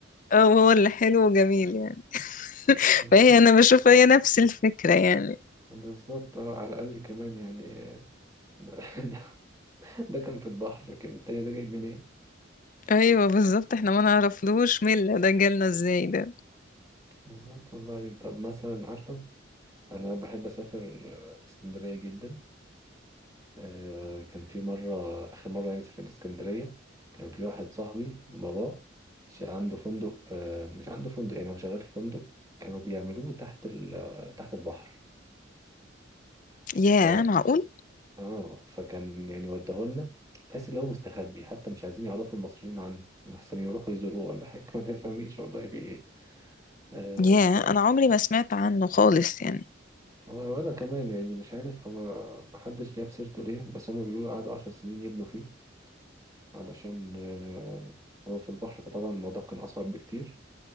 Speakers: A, on the left; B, on the right.
A: هو اللي حلو وجميل يعني.
B: مش
A: فهي انا بشوف هي نفس الفكرة يعني
B: بالظبط اه على الأقل كمان يعني آه، ده, <laughs> ده, ده كان في البحر لكن التاني ده جاي منين
A: ايوه بالظبط احنا ما نعرفلوش مين اللي ده جالنا ازاي ده
B: بالظبط والله طب مثلا عارفة أنا بحب أسافر آه، اسكندرية جدا آه، كان في مرة آخر مرة يعني سافرت اسكندرية كان في واحد صاحبي بابا ش- عنده فندق آه، مش عنده فندق يعني هو شغال في فندق كانوا بيعملوه تحت ال... تحت البحر
A: ياه
B: ف
A: معقول
B: اه فكان يعني وداهولنا تحس ان هو مستخبي حتى مش عايزين يعرفوا المصريين عنه احسن يروحوا يزوروه ولا حاجة <laughs> ما تفهميش والله في ايه آه،
A: ياه
B: ف
A: انا عمري ما سمعت عنه خالص يعني
B: وانا كمان يعني مش عارف هو محدش جاب سيرته ليه بس هما بيقولوا قعدوا عشر سنين يبنوا فيه علشان آه، هو في البحر فطبعا الموضوع كان أصعب بكتير